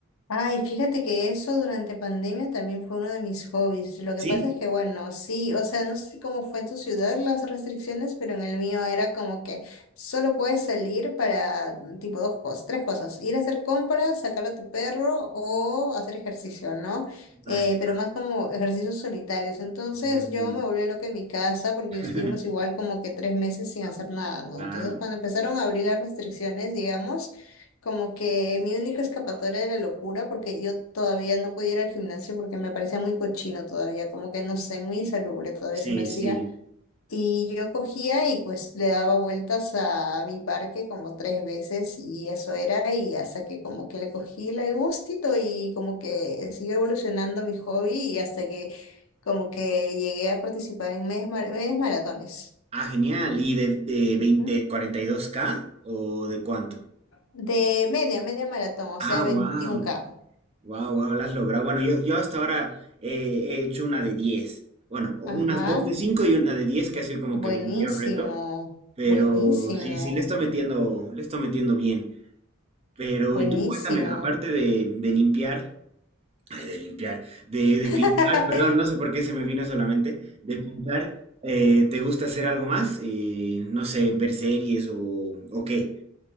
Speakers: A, on the left (about 80°); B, on the right (about 30°).
A: Ay, fíjate que eso durante pandemia también fue uno de mis hobbies. Lo que
B: ¿Sí?
A: pasa es que, bueno, sí, o sea, no sé cómo fue en tu ciudad las restricciones, pero en el mío era como que solo puedes salir para mm, tipo dos cosas, tres cosas, ir a hacer compras, sacar a tu perro o hacer ejercicio, ¿no? Eh,
B: Ay.
A: pero más como ejercicios solitarios. Entonces
B: ujú.
A: yo me volví loca en mi casa porque
B: <laughs>
A: estuvimos igual como que tres meses sin hacer nada, ¿no?
B: Claro.
A: Entonces cuando empezaron a abrir las restricciones, digamos, como que mi única escapatoria de la locura, porque yo todavía no podía ir al gimnasio porque me parecía muy cochino todavía, como que no sé, muy insalubre todavía
B: Sí,
A: se me hacía.
B: sí.
A: Y yo cogía y pues le daba vueltas a mi parque como tres veces y eso era, y hasta que como que le cogí el gustito y como que siguió evolucionando mi hobby y hasta que como que llegué a participar en medias, mar- medias maratones.
B: Ah, genial. ¿Y de, de, 20
A: Ujú.
B: de 42K o de cuánto?
A: De media, media maratón, o
B: Ah,
A: sea,
B: wow.
A: veintiún k
B: Wow, wow, lo has logrado. Bueno, yo, yo hasta ahora eh, he hecho una de 10. Bueno, o
A: Ajá.
B: unas dos de 5 y una de 10 que ha sido como
A: Buenísimo,
B: que mi mayor reto. Pero
A: buenísimo,
B: sí, sí, le estoy metiendo, le estoy metiendo bien. Pero,
A: buenísimo.
B: y tú cuéntame, aparte de, de limpiar, ay, de limpiar, de, de
A: <laughs>
B: pintar, perdón, no sé por qué se me vino solamente, de pintar, eh, ¿te gusta hacer algo más? Eh, no sé, ver series o, o qué.